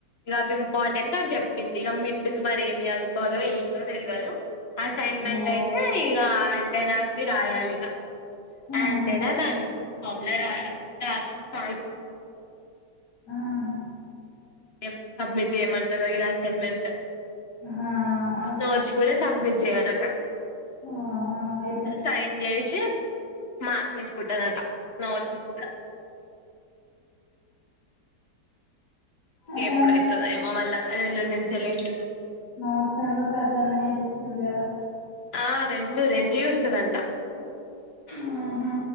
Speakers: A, on the left; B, on the left.
A: ఇగా అవి ఇంపార్టెంట్ అని చెప్పింది. ఇగా మిడ్కీ మరి ఏమి చదుకోవాలో ఏందో తేల్వదు అసైన్మెంట్
B: ఓ
A: అయితే ఇగా పేనాస్విర్ రాయలిగా
B: ఆహా
A: అంటేనా దాన్వి హోమ్ లో రాయాలి. రాస్తే రాయు
B: ఆహ్
A: ఎప్పుడు సబ్మిట్ చేయమంటదో ఇగ అసైన్మెంట్.
B: ఆహా అది
A: నోట్స్ కూడా సాబ్మెట్ జేయాలట.
B: ఆహా అయిపోయింది
A: సైన్ జేసి. మ చేసుకుంటదట. నోట్చి కూడా. ఇ
B: అసైన్మెంట్
A: ఎప్పుడయితదో ఏమో మళ్ళ ఎల్లుండ్ నుంచి లేట్ ఉన్నది
B: నోట్స్ ఎందుకు అసైన్మెంట్
A: గదా
B: ఇచ్చింది కదా
A: ఆ రెండు రెండ్లీ స్తదంట.
B: ఆహ